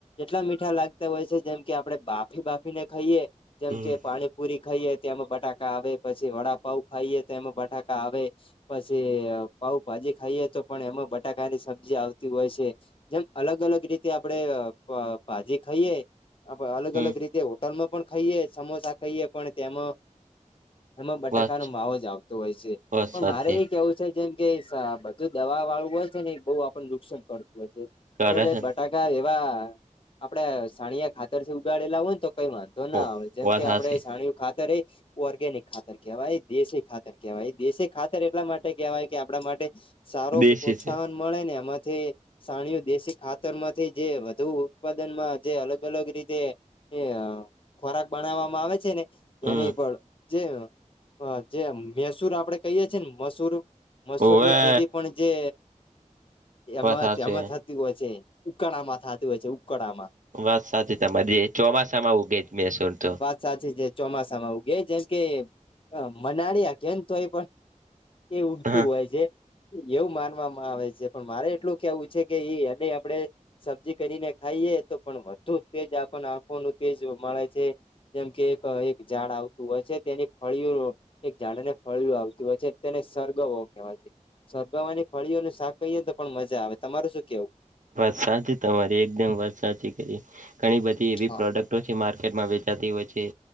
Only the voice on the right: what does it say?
હમ
હમ
બસ
બસ
સાચી
કરે
છે
ને
વાત
હાચી
દેશી
છે
હમ
હોવે
વાત હાચી
વાત સાચી તમારિ ચોમાસામાં ઉગે મેસૂર તો
હા
વાત સાચ તમાંરી એકદમ વાત સાચી કરી ઘણી બધી એવી
પ્રોડક્ ક્ટો માર્કેટમાં વેચાતી હોય છે.